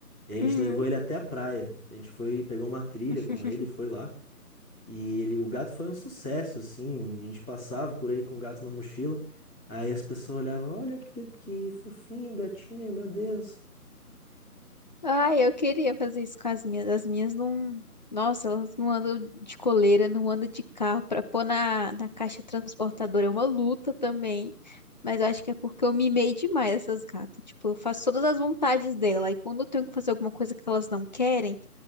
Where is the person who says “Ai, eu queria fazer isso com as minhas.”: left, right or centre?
Left